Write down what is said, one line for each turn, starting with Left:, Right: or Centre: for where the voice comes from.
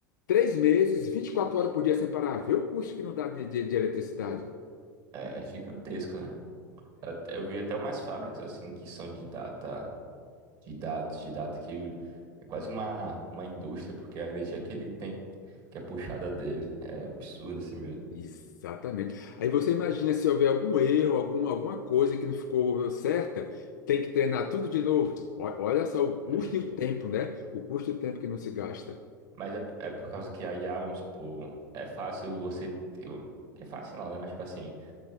Left: três meses, 24 horas por dia sem parar, vê o custo que não dá de, de, de eletricidade.
Right: É gigantesco, né? Até- eu vi até umas fábricas assim que são de data, de dados, de data que é quase uma, uma indústria, porque a energia que ele tem, que é puxada dele, é absurda assim mesmo.
Left: Exatamente. Aí você imagina se houver algum erro, algum, alguma coisa que não ficou certa, tem que treinar tudo de novo. Ó- Olha só o custo
Right: Mas
Left: e o tempo, né? O custo e o tempo que não se gasta.
Right: mas é, é por causa que a IA, vamos supor, é fácil você. ter- É fácil não, né? Mas tipo assim.